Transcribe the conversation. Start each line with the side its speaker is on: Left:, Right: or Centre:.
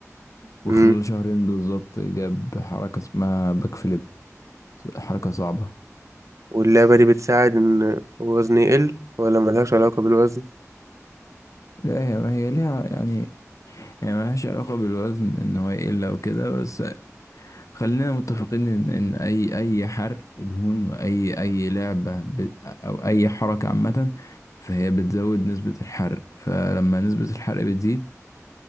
Left: وخلال
Right: امم
Left: شهرين بالظبط جاب حركة اسمها باك فليب حركة صعبة
Right: واللعبة دي بتساعد إن الوزن يقل ولا ملهاش علاقة بالوزن
Left: لا هي هي ليها يعني هي ملهاش علاقة بالوزن إن هو يقل أو كده بس خلينا متفقين ان إن اي اي حرق دهون واي اي لعبه ب... او اي حركه عامه فهي بتزود نسبه الحرق فلما نسبه الحرق بتزيد